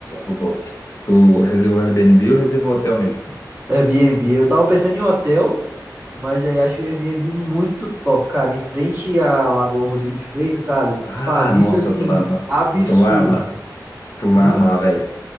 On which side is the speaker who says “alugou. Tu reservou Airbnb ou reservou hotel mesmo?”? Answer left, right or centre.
Left